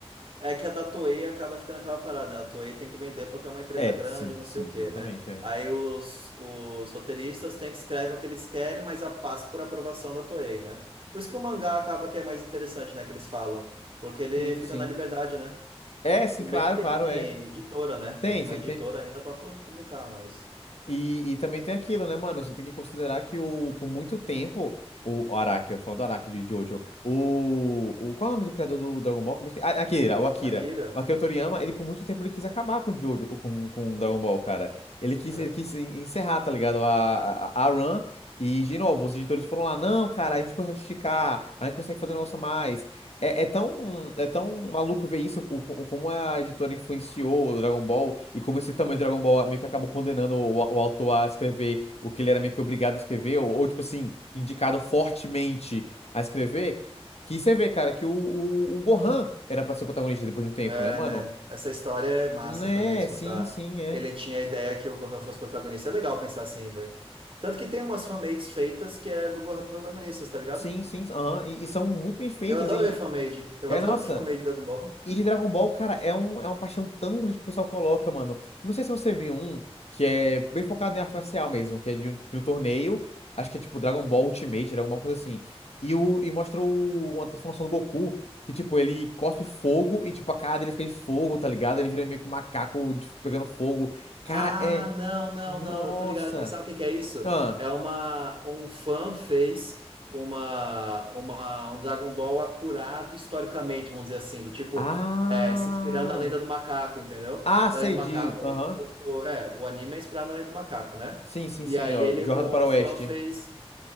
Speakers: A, on the right; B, on the left.
A: É que a da Toei acaba ficando aquela parada, né? A Toei tem que vender porque é uma empresa
B: É,
A: grande,
B: sim,
A: não
B: sim,
A: sei o
B: exatamente,
A: quê, né?
B: é.
A: Aí os, os roteiristas têm que escrever o que eles querem, mas a passa por aprovação da Toei, né? Por isso que o mangá acaba que é mais interessante, né? Que eles falam. Porque ele
B: Sim,
A: fica
B: sim.
A: na liberdade, né?
B: É, sim,
A: Tudo
B: claro,
A: bem que tem
B: claro, é.
A: editora, né?
B: Tem,
A: Tem uma
B: tem,
A: editora ainda para publicar, mas
B: E, e também tem aquilo, né, mano? Você tem que considerar que o, por muito tempo, o o Araki, eu ia falar do Araki de Jojo, o, o. Qual é o nome do criador do Dragon Ball? Que eu esque- A- Akira, o Akira.
A: Akira,
B: O Akira Toriyama, ele por muito tempo ele quis acabar com Jojo, com, com Dragon Ball, cara. Ele quis,
A: né?
B: ele quis en- encerrar, tá ligado? A, a, a run. E, de novo, os editores foram lá, não, cara, a gente consegue esticar, a gente consegue fazer um negócio a mais. É, é tão, é tão maluco ver isso, o, o- como a editora influenciou o Dragon Ball e como esse tamanho de Dragon Ball meio que acabou condenando o, o autor a escrever o que ele era meio que obrigado a escrever, ou, ou, tipo assim, indicado fortemente a escrever. Que você vê, cara, que o, o, o Gohan era pra ser o protagonista depois de um tempo,
A: É,
B: né, mano?
A: né? Essa história é massa
B: Hum, É,
A: também de escutar.
B: sim, sim, é.
A: Que ele tinha a ideia que o Gohan fosse protagonista. É legal pensar assim, velho. Tanto que tem umas fanmades feitas que é do Gohan protagonista, tá ligado?
B: Sim, sim. aham, e, e são muito bem feitas
A: Eu adoro
B: e.
A: ver fanmade. Eu
B: É,
A: <laughs> adoro
B: nossa.
A: ver fanmade de Dragon Ball.
B: E de Dragon Ball, cara, é, um, é uma paixão tão grande que o pessoal coloca, mano. Não sei se você viu um que é bem focado em arte marcial mesmo, que é de um, de um torneio. Acho que é tipo Dragon Ball Ultimate, alguma coisa assim. E, o, e mostra o, uma transformação do Goku, que tipo, ele cospe fogo e tipo, a cara dele fica de fogo, tá ligado? Ele vira meio que um macaco de- pegando fogo. Cara,
A: Ah,
B: é.
A: não, não,
B: Nossa!
A: não. Eu tô ligado. que- Sabe o que que é isso?
B: Ah!
A: É uma um fã fez uma uma um Dragon Ball acurado historicamente, vamos dizer assim, do tipo
B: Ah!
A: é, se inspirando na Lenda do Macaco, entendeu?
B: Ah,
A: Que
B: sei
A: a Lenda do Macaco
B: de. Aham.
A: é o, o- é, o anime é inspirado na Lenda do Macaco, né?
B: Sim, sim,
A: E
B: sim.
A: aí
B: ó,
A: ele
B: Jornada
A: um
B: para
A: fã
B: o Oeste.
A: fez